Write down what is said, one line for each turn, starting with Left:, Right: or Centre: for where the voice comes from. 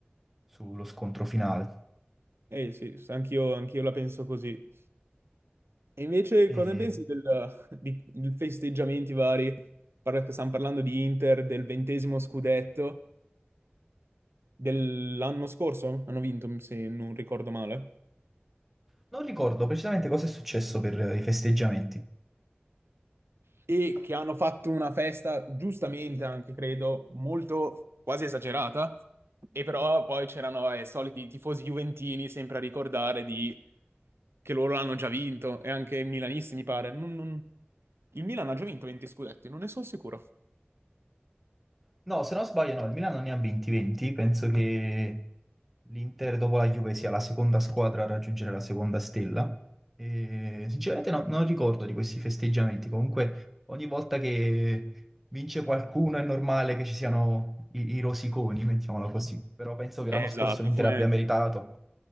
Centre: sullo scontro finale.
Right: Eh sì, anch'io anch'io la penso così. E invece
Centre: E
Right: cosa ne pensi del, di, di festeggiamenti vari? Parla- Stiamo parlando di Inter, del ventesimo scudetto. dell'anno scorso hanno vinto, se non ricordo male,
Centre: non ricordo precisamente cosa è successo per eh, i festeggiamenti.
Right: e che hanno fatto una festa, giustamente anche credo, molto quasi esagerata. E però poi c'erano eh, i soliti tifosi juventini sempre a ricordare di... che loro l'hanno già vinto, e anche i milanisti, mi pare. Non- non- Il Milan ha già vinto 20 scudetti, non ne sono sicuro.
Centre: No, se non sbaglio, no, il Milano ne ha 20-20, penso che l'Inter dopo la Juve sia la seconda squadra a raggiungere la seconda stella. E, sinceramente no- non ricordo di questi festeggiamenti, comunque ogni volta che vince qualcuno è normale che ci siano i, i rosiconi, mettiamola così, però penso che
Right: Esatto,
Centre: l'anno scorso l'Inter
Right: come,
Centre: abbia meritato,